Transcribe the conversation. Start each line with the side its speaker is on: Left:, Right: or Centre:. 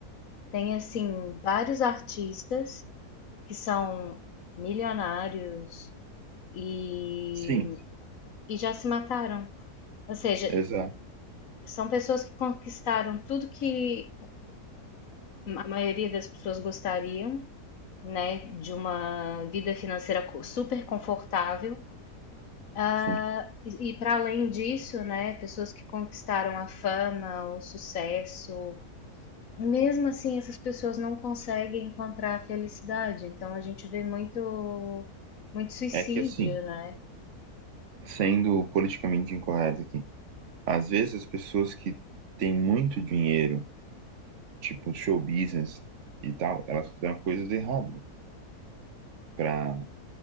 Left: Tem assim vários artistas que são milionários e,
Right: Sim,
Left: e já se mataram. Ou seja,
Right: exato.
Left: são pessoas que conquistaram tudo que a maioria das pessoas gostariam, né? De uma vida financeira co- super confortável Ah,
Right: Sim.
Left: e, e para além disso, né, pessoas que conquistaram a fama, o sucesso, mesmo assim, essas pessoas não conseguem encontrar a felicidade. Então, a gente vê muito, muito suicídio,
Right: É que assim,
Left: né,
Right: sendo politicamente incorreto aqui, às vezes as pessoas que têm muito dinheiro, tipo show business e tal, elas fizeram coisas erradas para